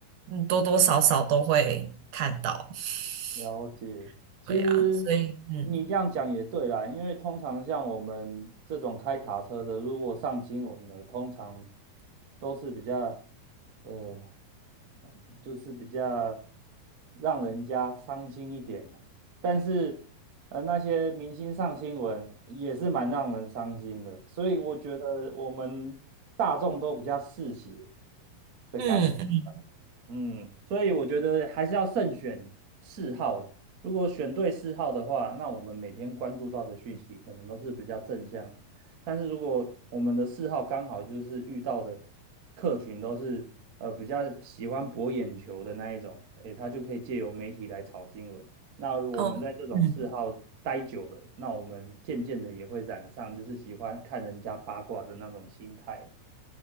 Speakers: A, on the right (about 65°); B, on the right (about 85°).
A: 嗯，多多少少都会看到。<laughs>
B: 了解。其实你这样讲也对啦，
A: 对啊，所以嗯
B: 因为通常像我们这种开卡车的，如果上新闻的，通常都是比较呃就是比较让人家伤心一点的。但是，呃，那些明星上新闻也是蛮让人伤心的，所以我觉得我们大众都比较嗜血。的感
A: 嗯
B: 嗯，所以我觉得还是要慎选嗜好了。如果选对嗜好的话，那我们每天关注到的讯息可能都是比较正向的但是如果我们的嗜好刚好就是遇到的客群都是呃比较喜欢博眼球的那一种，诶，他就可以借由媒体来炒新闻。那如果我们在这种嗜好待久了，
A: 哦。嗯。
B: 那我们渐渐的也会染上就是喜欢看人家八卦的那种心态。